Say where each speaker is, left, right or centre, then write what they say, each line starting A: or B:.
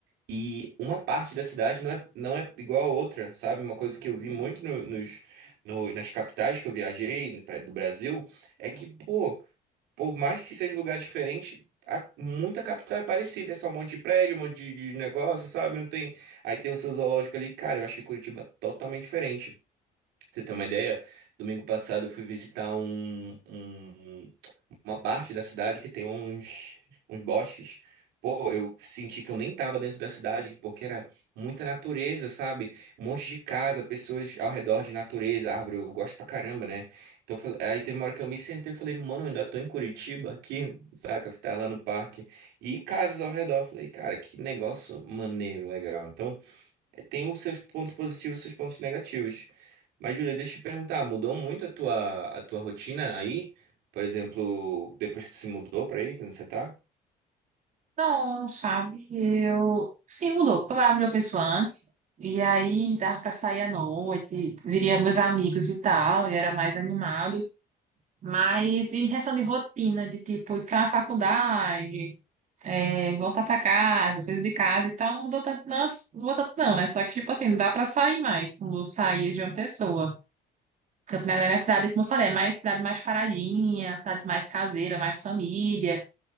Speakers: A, on the right (about 90°); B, on the right (about 45°).
A: E uma parte da cidade não é, não é igual a outra, sabe? Uma coisa que eu vi muito no- nos, no- nas capitais que eu viajei pra- do Brasil é que, pô, por mais que seja um lugar diferente, a- muita capital é parecida. É só um monte de prédio, um monte de, de negócio, sabe? Não tem. Aí tem o seu zoológico ali. Cara, eu achei Curitiba totalmente diferente. Pra Você tem uma ideia? Domingo passado eu fui visitar um, um uma parte da cidade que tem uns, uns bosques. Pô, eu senti que eu nem tava dentro da cidade, porque era muita natureza, sabe? Um monte de casa, pessoas ao redor de natureza, árvore, eu gosto pra caramba, né? Então, eu falei- aí teve uma hora que eu me sentei e falei, mano, eu ainda tô em Curitiba aqui, saca? Tá lá no parque. E casas ao redor. Eu falei, cara, que negócio maneiro, legal. Então, é, tem os seus pontos positivos e os seus pontos negativos. Mas, Júlia, deixa eu te perguntar, mudou muito a tua, a tua rotina aí? Por exemplo, depois que tu se mudou pra aí, quando você tá?
B: Não, sabe? Eu. Sim, mudou, porque eu morava em uma pessoa antes, e aí dava pra sair à noite, viria meus amigos e tal, e era mais animado. Mas em questão de rotina, de tipo ir pra faculdade, é, voltar pra casa, coisa de casa e tal, não mudou tanto, não, não mudou tanto, não, né? Só que, tipo assim, não dá pra sair mais, como eu saía de uma pessoa. Campina Grande é a cidade, como eu falei, é mais cidade mais paradinha, cidade mais caseira, mais família.